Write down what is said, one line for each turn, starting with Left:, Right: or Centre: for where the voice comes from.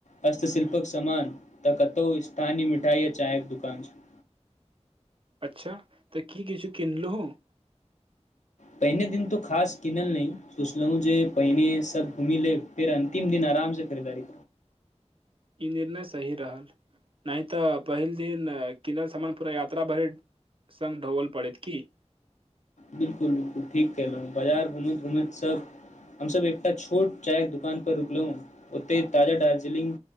Left: हस्तशिल्पक समान तऽ कतौ स्थानीय मिठाइ आ चायके दुकान छल।
Right: अच्छा तऽ की किछु किनलहुँ?
Left: पहिने दिन तऽ खास किनल नहि सोचलहुँ जे पहिने सभ घूमि लेब फेर अन्तिम दिन आराम से खरीदारी
Right: ई निर्णय सही रहल नहि तऽ पहिल दिन किनल समान पूरा यात्रा भरिे संग ढोवल पड़ैत की।
Left: बिलकुल बिलकुल ठीक कयलहुँ बाजार घुमैत घुमैत सभ हम सभ एकटा छोट चायके दुकान पर रुकलहुँ ओतै ताजा दार्जिलिंग